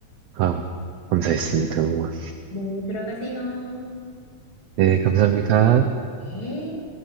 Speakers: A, on the right; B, on the left.
A: 아, 감사했습니다. 응원.
B: 네, 들어가세요.
A: 네, 감사합니다.
B: 네.